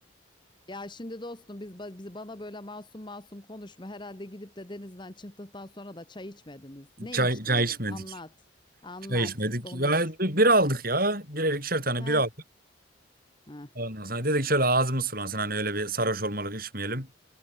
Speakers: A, on the left; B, on the right.
A: Ya şimdi dostum biz ba- biz bana böyle masum masum konuşma. Herhalde gidip de denizden çıktıktan sonra da çay içmediniz. Ne
B: Çay,
A: içtiniz?
B: çay içmedik.
A: Anlat. Anlat.
B: Çay içmedik.
A: Konuş.
B: Ya, bir, bir aldık ya. Birer ikişer tane
A: Ha.
B: bir aldık.
A: Ha.
B: Ondan sonra dedik şöyle ağzımız sulansın. Hani öyle bir sarhoş olmalık içmeyelim.